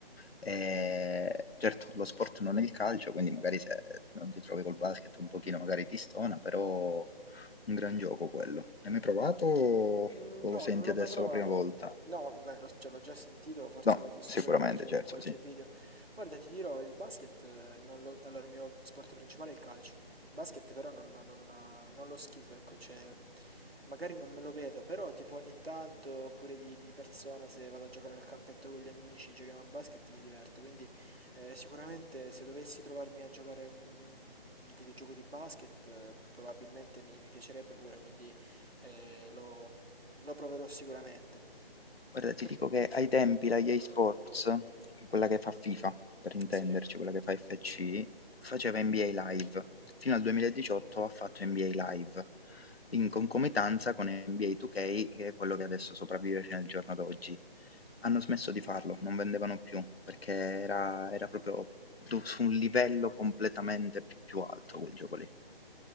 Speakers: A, on the left (about 75°); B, on the right (about 80°).
A: E certo, lo sport non è il calcio, quindi magari se non ti trovi col basket un pochino magari ti stona, però un gran gioco quello. L'hai mai provato o
B: Mm,
A: o
B: No,
A: lo senti
B: non l'ho
A: adesso
B: mai provato.
A: la prima volta?
B: No, beh, lo- cioè, l'ho già sentito, forse
A: No,
B: avrò visto
A: sicuramente,
B: pure qualche,
A: certo,
B: qualche
A: sì.
B: video. Guarda, ti dirò, il basket, eh, non lo, allora il mio sport principale è il calcio. Il basket però non, non- non, eh, non lo schifo, ecco, cioè, magari non me lo vedo, però tipo ogni tanto, oppure di, di persona, se vado a giocare al campetto con gli amici, giochiamo a basket, mi diverto. Quindi eh, sicuramente se dovessi trovarmi a giocare un, un videogioco di basket, eh, probabilmente mi mi piacerebbe pure, quindi... Eh, lo, lo proverò sicuramente.
A: Guarda, ti
B: Per-
A: dico che ai tempi la EA Sports, quella che fa FIFA, per intenderci,
B: Sì,
A: quella che fa FC, faceva NBA Live. Fino al 2018 ha fatto NBA Live, in concomitanza con NBA 2K, che è quello che adesso sopravvive fino al giorno d'oggi. Hanno smesso di farlo, non vendevano più, perché era era proprio du su un livello completamente p più alto quel gioco lì.